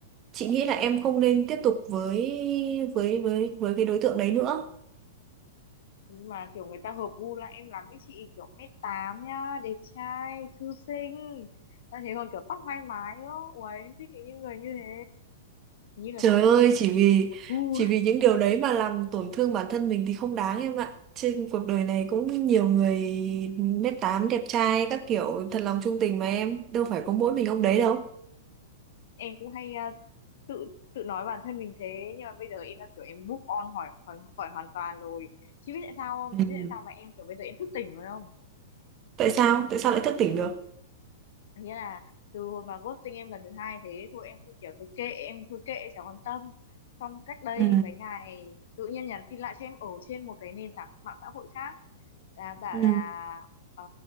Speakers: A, on the right; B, on the left.
A: Chị nghĩ là em không nên tiếp tục với với với với cái đối tượng đấy nữa.
B: mà kiểu người ta hợp gu lại em lắm ấy chị kiểu mét tám nhá đẹp trai thư sinh ta thế còn kiểu tóc hai mái nữa ui em thích những người như thế như là
A: Trời
B: kiểu
A: ơi,
B: à,
A: chỉ vì
B: một gu
A: chỉ vì những điều đấy mà làm tổn thương bản thân mình thì không đáng em ạ. Trên cuộc đời này cũng nhiều người nết tám đẹp trai các kiểu thật lòng trung tình mà em, đâu phải có mỗi mình ông đấy đâu.
B: em cũng hay à, tự tự nói bản thân mình thế nhưng mà bây giờ em đã kiểu em move on khỏi khỏi, khỏi hoàn toàn rồi chị biết tại sao không
A: Ừ.
B: chị biết tại sao mà em kiểu bây giờ em thức tỉnh rồi không
A: Tại sao? Tại sao lại thức tỉnh được?
B: nghĩa là từ hồi mà ghosting em lần thứ hai thế thôi em cũng kiểu cứ kệ em cứ kệ chẳng quan tâm xong cách đây
A: Ừ.
B: mấy ngày tự nhiên nhắn tin lại cho em ở trên một cái nền tảng mạng xã hội khác là bảo
A: Ừ.
B: là ờ,